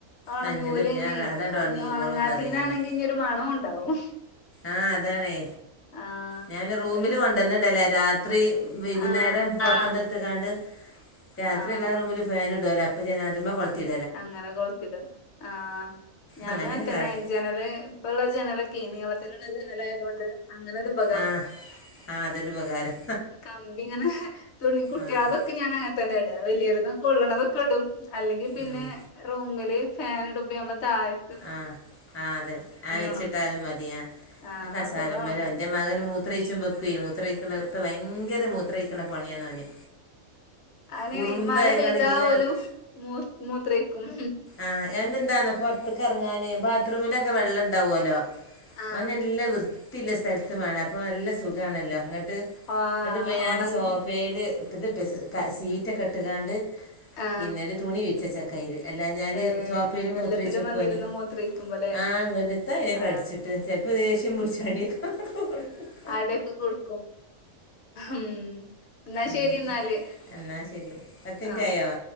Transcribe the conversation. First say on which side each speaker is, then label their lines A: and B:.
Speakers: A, on the left; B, on the left.
A: ഓണങ്ങുലെന്ന്
B: നഞ്ഞത് ഞാൻ അതാണ്ട് ഉണങ്ങിക്കോളും
A: ഓണങ്ങാത്തതീനാണെങ്കി
B: പറയാന്
A: ഇഞ്ഞ് ഒരു മണവും ഇണ്ടാവും
B: ആഹ് അതാണേ
A: ആഹ്
B: ഞാൻ റൂമില്
A: ഒരു
B: കൊണ്ടന്ന് ഇടലാ രാത്രി വൈകുന്നേരം
A: ആഹ്
B: പൊർത്ത്ന്ന് എട്ത്ത്ങ്ങാണ്ട് രാത്രി
A: ആഹ്
B: എല്ലാ റൂമിലും ഫേൻ ഇട്ലൊ അപ്പ ജനവാതിൽമേ കൊളത്തിടും
A: അങ്ങനെ കൊളത്തിടും ആ ഞാനും
B: അങ്ങനെയൊക്കെ
A: അങ്ങൻ തന്നെ
B: കാട്ടല്
A: ജനല് ഇപ്പ ഇള്ള ജനലൊക്കെ നീളത്തില് ഉള്ള ജനലായതോണ്ട് അങ്ങനൊരു ഉപകാരം
B: ആഹ് ആഹ് അതൊരു ഉപകാരം
A: കമ്പി ഇങ്ങനെ തുണി കുട്ട്യാൾതൊ
B: ആഹ്
A: ഒക്കെ ഞാൻ അങ്ങനെ തന്നെ ഇട വല്യോര്തും കൊള്ള്ണതൊക്കെ ഇടും അല്ലെങ്കി പിന്നെ
B: ഉം
A: റുമില് ഫാന് ഇട്മ്പോ നമ്മള് താഴെ
B: ആ ആഹ് അതെ വിരിച്ച്
A: ഉണങ്ങും
B: ഇട്ടാലും മതി ആഹ്
A: ആ
B: കാസരമ്മലോ
A: അപ്പളും ഉണങ്ങും
B: എന്റെ മകന് മൂത്രയ്ച്ച്മ്പക്കയ് മൂത്രക്ക്ണോട്ത്ത് ഭയങ്കര മൂ ത്രയിക്ക്ണ പണി ആണ് അവന്
A: അതന്നെണ്
B: കുറുമ്പായി
A: മഴ പെയയ്താ
B: കളിക്കിങ്ങാണ്ട്
A: ഓല് മൂ മൂത്രയ്ക്കും
B: ആ അവനെന്താന്നോ പൊർത്ത്ക്ക് ഇറങ്ങാന് ബാത്റൂമിലൊക്കെ വെള്ളം ഇണ്ടാവലൊ
A: ആ
B: ഓനല്ല വൃ ത്തില്ല സ്ഥലത്ത് വേണം അപ്പ നല്ല സുഖണല്ലോ ഇങ്ങട്ട്
A: ആ
B: ഇന്നട്ട്പ്പ ഞാന്
A: ഉണങ്ങി
B: സോഫേല് <unintelligible> സീറ്റക്കെ ഇട്ട്ങ്ങാണ്ട്
A: ആ
B: പിന്നെ ഒര് തുണി വിര്ച്ചേച്ച്ക്കയില് എല്ലാഞാല്
A: ഏ
B: സോഫെല് മൂത്രയ്ച്ചേക്കു
A: എല്ലാത്തിലും വന്നിരുന്ന്
B: ഓന്
A: മൂത്രയിക്കുമ്പല്ലേ
B: ആ ങ്ങട്ട് എത്താ അയ്നെകടിച്ചിട്ട്
A: ആ
B: ചെ <unintelligible> ൽപ്പൊ ദേഷ്യം പിടിച്ച് അടി ഒക്കെ
A: അടി ഒക്കെ കൊട്ക്കും ഉം ന്നാ
B: അങ്ങത്തെ
A: ശെരിന്നാല്
B: എന്നാ ശരി പത്ത് മിനിറ്റ്
A: ആ
B: ആയോ